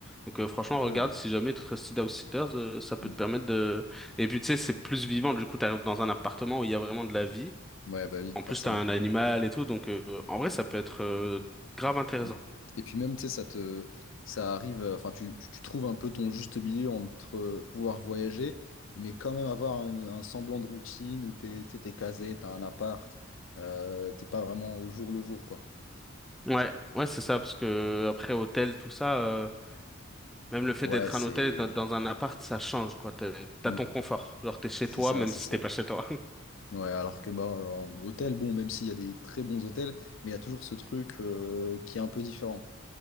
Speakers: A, in the centre; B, on the left.
A: Donc euh, franchement,
B: Ok,
A: regarde,
B: ouais.
A: si jamais Trusted House Sitters, euh, ça peut
B: Mmh.
A: te permettre de... Et puis tu sais, c'est plus vivant, du coup, t'arrives dans un appartement où il y a vraiment de la vie.
B: Ouais, bah oui,
A: En
B: forcément.
A: plus, t'as un animal et tout, donc euh, en vrai, ça peut être euh, grave intéressant.
B: Mm. Et puis même, tu sais, ça te, ça arrive, euh, enfin, tu, tu, tu trouves un peu ton juste milieu entre euh, pouvoir voyager, mais quand même avoir un, un semblant de routine où t'es, tu sais, t'es casé, t'as un appart, euh, t'es pas vraiment au jour le jour, quoi.
A: Ouais, ouais, c'est ça, parce que après hôtel, tout ça. euh, Même le fait
B: Ouais,
A: d'être
B: c'est,
A: un hôtel et d'être dans un appart, ça change, quoi. T'as t'as
B: Mm.
A: ton confort. Genre, t'es chez
B: c'est
A: toi,
B: ça,
A: même
B: c'est
A: si
B: ça.
A: t'es pas chez toi. <laughs>
B: Ouais, alors que bah, en hôtel, bon, même s'il y a des très bons hôtels, mais il y a toujours ce truc euh, qui est un peu différent.